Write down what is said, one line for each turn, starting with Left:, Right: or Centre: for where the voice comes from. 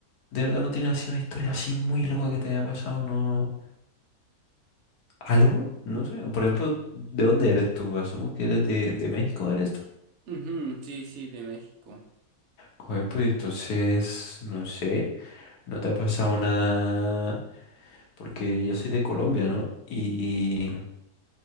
Left: de verdad no tiene así una historia así muy loca que te haya pasado, ¿no? ¿Algo? No sé, por ejemplo, ¿de dónde eres tú? Asumo que eres de, de México, ¿eres tú?
Right: Ujú, sí, sí, de México.
Left: Joder, pues entonces, no sé, no te ha pasado nada, porque yo soy de Colombia, ¿no? Y